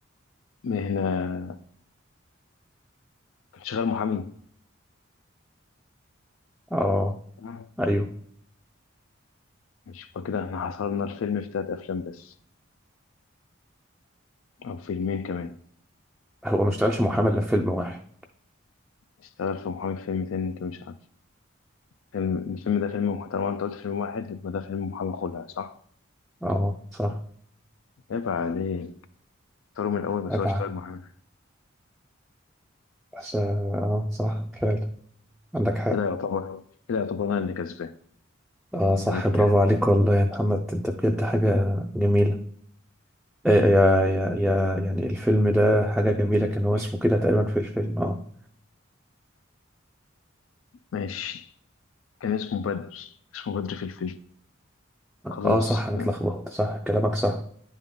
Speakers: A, on the left; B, in the centre.
A: مهنة كان شغال محامي
B: اه
A: تمام؟
B: ايوه
A: مش يبقى كده احنا حصرنا الفيلم في تلات أفلام بس أو فيلمين كمان
B: هو ما اشتغلش محامي الا في فيلم واحد
A: اشتغل في محامي في فيلم تاني أنت مش عارف فيلم الفيلم ده فيلم محترم أنت قلت فيلم واحد يبقى ده فيلم محامي خلع صح؟
B: اه صح
A: عيب عليك اختاروا من الأول بس
B: ابعد
A: هو اشتغل محامي
B: بس اه آه. صح فعلا عندك حق
A: كده يعتبر كده يعتبر أنا اللي كسبان
B: اه صح
A: غلبتك
B: برافو عليك والله يا محمد انت بجد حاجة جميلة آه، يا يا يا يعني الفيلم ده حاجة جميلة كان هو اسمه كده تقريبا في الفيلم اه
A: ماشي كان اسمه بدر اسمه بدر في الفيلم خلاص
B: اه صح انا اتلخبطت صح كلامك صح